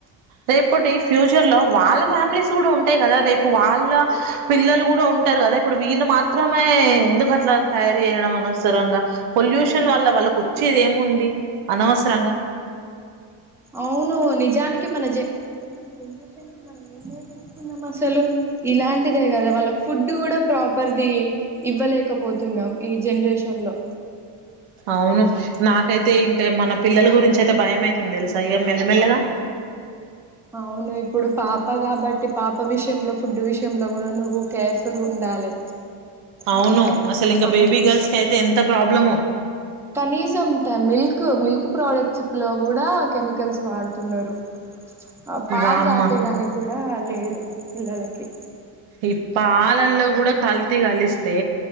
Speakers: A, on the right; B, in the centre.
A: రేపటి ఫ్యూచర్ లో వాళ్ళ ఫ్యామిలీస్ కూడా ఉంటాయి కదా రేపు వాళ్ళ పిల్లలు కూడా ఉంటారు కదా ఇప్పుడు వీళ్ళు మాత్రమే ఎందుకు అట్లా తయారు చేయడం అనవసరంగా పొల్యూషన్ వల్ల వాళ్ళకు వచ్చేది ఏముంది అనవసరంగా
B: అవును నిజానికి మన జ మన జనరేషన్ క మనం ఏం నేర్పిస్తున్నాం అసలు ఇలాంటిదే కదా వాళ్ళకి ఫుడ్ కూడా ప్రాపర్ది ఇవ్వలేకపోతున్నాం ఈ జనరేషన్ లో
A: అవును నాకైతే ఇంకా మన పిల్లల గురించి అయితే భయం అయితుంది తెలుసా ఇక మెల్లమెల్లగా
B: అవును ఇప్పుడు పాప కాబట్టి పాప విషయంలో ఫుడ్ విషయంలో కూడా నువ్వు కేర్ఫుల్గ ఉండాలి
A: అవును
B: ఆ
A: అసలు ఇంకా
B: ఆమెకు
A: బేబీ గర్ల్స్ కి అయితే ఎంత ప్రాబ్లము
B: కనీసం మిల్క్ మిల్క్ ప్రోడక్ట్స్ లో కూడా కెమికల్స్ వాడుతున్నారు ఆ పాలు
A: వామ్మ
B: తాపేయడానికి కూడా లేదు పిల్లలకి
A: ఇప్పాలల్లో కూడా కల్త కలిస్తే